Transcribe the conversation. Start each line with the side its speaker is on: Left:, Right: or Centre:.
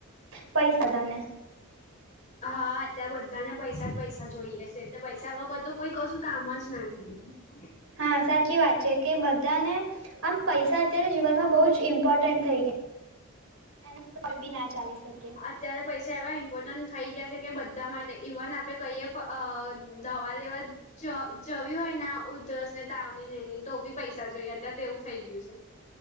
Right: પૈ સદાને.
Left: હા ત્યાં બધાને પૈસા જ પૈસા જોઈએ છે. પૈસા વગર તો કોઈ કશું કામ જ ના થાય.
Right: હા સાચી વાત છે કે બધાને આમ પૈસા અત્યારે જીવનમાં બહુ જ ઇમ્પોર્ટન્ટ થઈ ગયા. એ ક બી ના ચાલી શકે.
Left: અ્યારે પૈસા એવા ઇમ્પોર્ટન્ટ થઈ ગયા છે કે બધા માટે ઇવન આપણે કહીએ. દવા લેવા જવી હોય ને. ઉધરસ ને તાવની ને તો બી પૈસા જોઈ અત્યારે તો એવું થઇ ગયું છે.